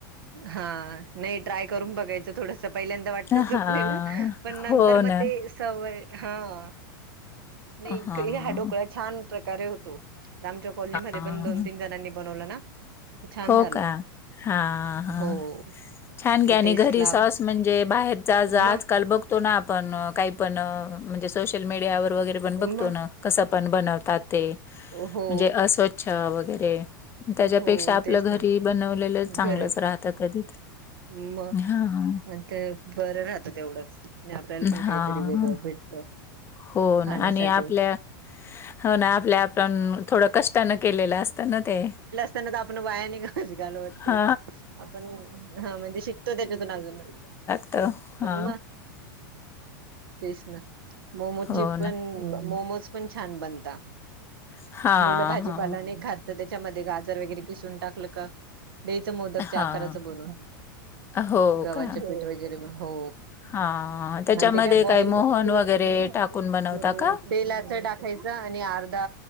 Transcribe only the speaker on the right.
हा नाही ट्राय करून बघायचं थोडस पहिल्यांदा वाटतं
चुकलेलं पण नंतर
मग
ते सवय हा, नाही
हा ढोकळा छान प्रकारे होतो. आमच्या कॉलनीमध्ये
पण दोन-तीन जणांनी बनवलं ना. तर छान
झाला
हो
ते
टेस्टला
म
म
हो
हो
तेच
ना
घर
मग
आणि ते बरं राहतं तेवढंच, आणि आपल्याला पण
काहीतरी वेगळं भेटत.
खाण्यासाठी
त्यांना दाखव आपण वाया नाय घालवायची घालू वाटते,
आपण हा म्हणजे शिकतो त्याच्यातून अजून.
म तेच ना, मोमोची
पण
मोमोज पण छान बनता,
मुलं भाजीपालाने
खात त्याच्यामध्ये गाजर वगैरे घिसून टाकलं का द्यायच मोदकच्या
आकाराचं बनून.
गव्हाचे
पीठ वगैरे हो-हो.
अन ते काय बॉईल
<unintelligible>
परत.
तेलाच टाकायचं आणि अर्धा